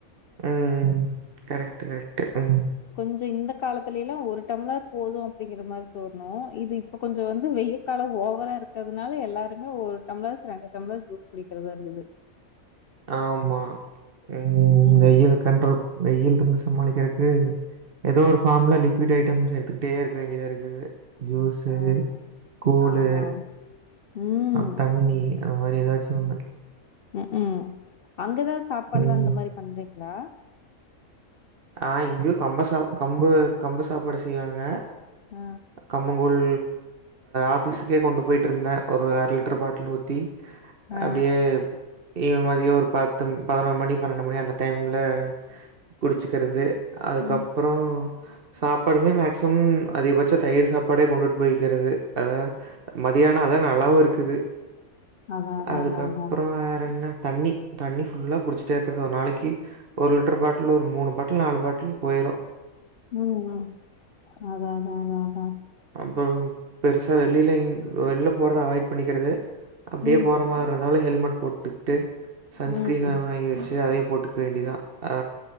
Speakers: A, on the right; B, on the left.
A: ம் கரெக்டு கரெக்டு ம்
B: கொஞ்ச இந்த காலத்துல்லா ஒரு டம்ளர் போது அப்டிங்ற மாரி தோணு இது இப்போ கொஞ்ச வந்து வெய்ல் கால ஓவரா இருக்கிதுனால எல்லாருமே ஒரு டம்ளரக்கு ரெண்டு டம்ளர் ஜூஸ் குடிக்கிறதா இருக்குது
A: ஆமா ம்
B: ம்
A: இந்த வெயல கண்ட்ரோல் வெயில் இருந்து சமாளிக்கிறக்கு ஏதோ ஒரு ஃபார்ம்ல லிக்விட் ஐட்டம்ஸ் எடுத்து டே இருக்க வேண்டியதா இருக்குது ஜூஸு
B: ஆமா
A: கூளு
B: ஆமா ம்
A: அப் தண்ணி அந்த மாரி ஏதாச்சு ஒண்ணு
B: ம் அங்க எதா சாப்பாட்ல்லா
A: ம்.
B: அந்த மாரி பண்றீங்ளா
A: ஆ இங்கேயு கம்ப சா கம்பு கம்பு சாப்பாடு செய்வாங்க
B: அ
A: கம்மங்கோல் ஆஃபிஸுக்கே கொண்டு போய்ட்டு இருந்தே ஒரு அர லிட்டர் பாட்டில் ஊத்தி
B: ஆ.
A: அப்டியே இவ மதிய ஒரு பத்து பதினொரு மணி பன்னெண்டு மணி அந்த டைம்ல குடிச்சக்கிறது அதுக்கப்றோ
B: ம்.
A: சாப்பாடுமே மேக்சிமம் அதிக பட்சம் தயிர் சாப்பாடே கொண்டுட்டு போய்க்கிறது அதா மதியான அதா நல்லாவு இருக்குது
B: அதான் அதான்
A: அதுக்கப்ற
B: அதான் அதான்.
A: வேற என்ன தண்ணி தண்ணி ஃபுல்லா குடிச்சுட்டே இருக்கறது ஒரு நாளைக்கி ஒரு லிட்டர் பாட்டுல் ஒரு மூனு பாட்டுல் நாலு பாட்டுல் போயிரு
B: ம் ம் அதா அதா அதா அதா
A: அப்பறம் பெருசா வெளில இங் வெளில போரத அவாய்ட் பண்ணிக்கறது அப்படியே
B: ம்,
A: போற மார் இருந்தாலு ஹெல்மெட் போட்டுக்ட்டு சன்ஸ்கிரீனர்
B: ம். ம்.
A: வாங்கி வெச்சு அதே போட்டுக் வேண்டிதா அ